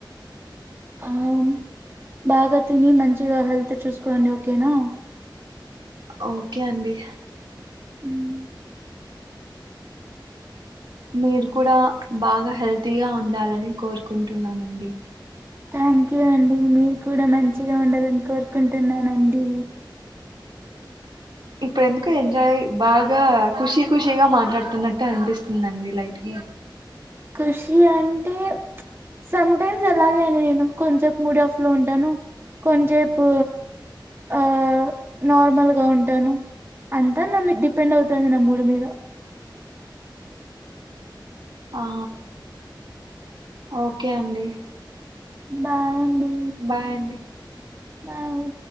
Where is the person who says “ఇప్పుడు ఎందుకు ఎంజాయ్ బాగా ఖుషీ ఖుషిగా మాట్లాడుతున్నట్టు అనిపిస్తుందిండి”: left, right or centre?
Right